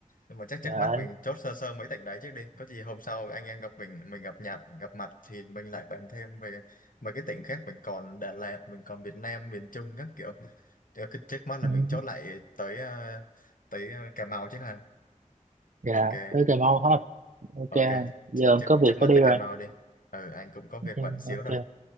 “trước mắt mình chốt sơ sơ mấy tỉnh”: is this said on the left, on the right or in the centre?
Left